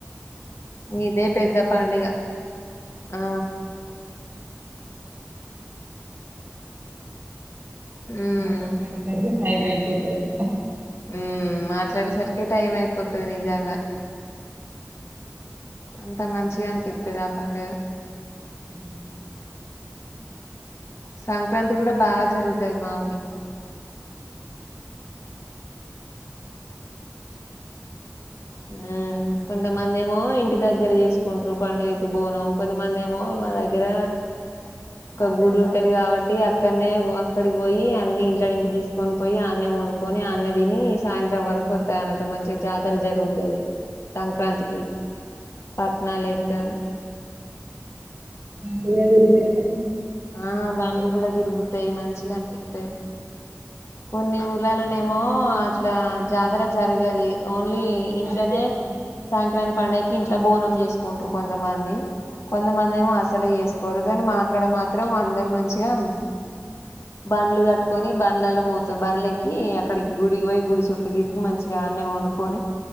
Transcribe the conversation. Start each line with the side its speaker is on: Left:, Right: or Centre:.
Left: ఇదే పెద్ద పండుగ ఆ ఉమ్
Right: మాట్లాడే సరికి టైం అయిపోతది
Left: ఉ మాట్లాడేసరికి టైం అయిపోతది నిజంగా అంత మంచిగా అనిపిత్తది ఆ పండుగ
Right: మ్
Left: సంక్రాంతి కూడా బాగా జరుగుతది మా ఊర్లో ఉ కొంతమంది ఏమో ఇంటి దగ్గర చేసుకుంటారు పండుగకి బోవనం కొంతమంది ఏమో మా దగ్గర ఒక గుడి ఉంటది కాబట్టి అక్కన్నే అక్కడికి పోయి అన్ని ఇంట్లో నుంచి తీసుకొని పోయి అన్నే పడుకొని అన్నే తిని సాయంత్రం వరకు వత్తయ్ అన్నట్టు మంచిగా జాతర జరుగు తేది సంక్రాంతికి పట్నాలేత్తం
Right: ఉ బ విరుదే <unintelligible>
Left: ఆ బండ్లు కూడా తిరుగుతాయ్ మంచిగా అనిపితయ్ కొన్ని ఊర్లలలోనేమో అట్లా జాతర జరగదు ఇ ఓన్లీ
Right: వాళ్ళు
Left: ఇంట్లోనే సంక్రాంతి పండగ్ ఇంట్లో బోనం చేసుకుంటారు కొంతమంది కొంతమంది ఏమో అసలు చేసుకోరు కానీ మా అక్కడ మాత్ మాత్రం అందరు మంచిగామ్ బండ్లు కట్టుకొని బండ్లలో పోతా బండ్లకి అక్కడికి గుడికి పోయి గుడి చుట్టూ తిరిగి మంచిగా గన్నే వండుకొని